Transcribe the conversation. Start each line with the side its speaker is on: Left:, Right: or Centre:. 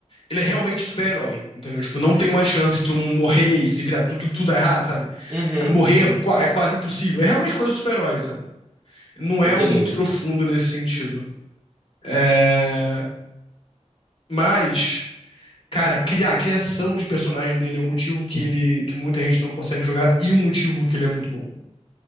Left: Ele é realmente super-herói, entendeu? Tipo, não tem uma chance de todo mundo morrer e se virar tudo, tudo, tudo dar errado, sabe?
Right: Uhum,
Left: É, morrer
Right: uhum.
Left: é, qua- é quase impossível. É realmente coisa de super-herói, sabe? Não
Right: Entendi.
Left: é muito profundo nesse sentido. É, Mas, cara, criar, a criação de personagem dele é um motivo que ele, que muita gente não consegue jogar e o motivo que ele é muito bom.